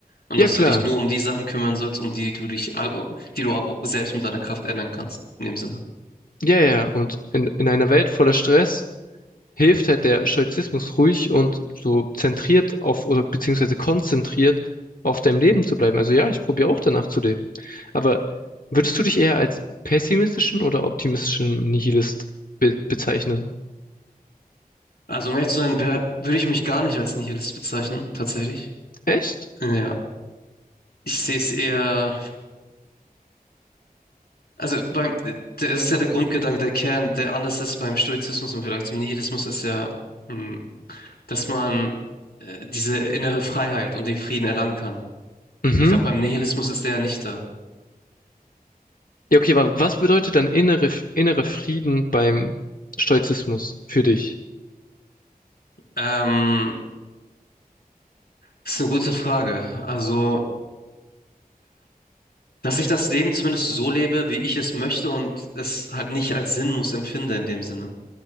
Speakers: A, on the left; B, on the left.
A: Und
B: ja
A: dass
B: klar,
A: du dich nur um die Sachen kümmern sollst, um die du dich, au- die du auch selbst mit deiner Kraft ändern kannst, in dem Sinne.
B: ja, ja. Und in, in einer Welt voller Stress hilft halt der Stoizismus ruhig und so zentriert auf oder beziehungsweise konzentriert auf deinem Leben zu bleiben. Also ja, ich probiere auch danach zu leben. Aber würdest du dich eher als pessimistischen oder optimistischen Nihilist be bezeichnen?
A: Also, um ehrlich zu sein, wär- würde ich mich gar nicht als Nihilist bezeichnen, tatsächlich.
B: Echt?
A: Ja. Ich sehe es eher, also beim, der- es ist ja der Grundgedanke, der Kern, der anders ist beim Stoizismus und vielleicht zum Nihilismus, ist ja, mh, dass man äh, diese innere Freiheit und den Frieden erlangen kann.
B: Mhm.
A: Ich glaube, beim Nihilismus ist der ja nicht da.
B: Ja, okay, aber was bedeutet dann innere, innere Frieden beim Stoizismus für dich?
A: Ähm, Das ist eine gute Frage. Also, dass ich das Leben zumindest so lebe, wie ich es möchte und es halt nicht als sinnlos empfinde in dem Sinne.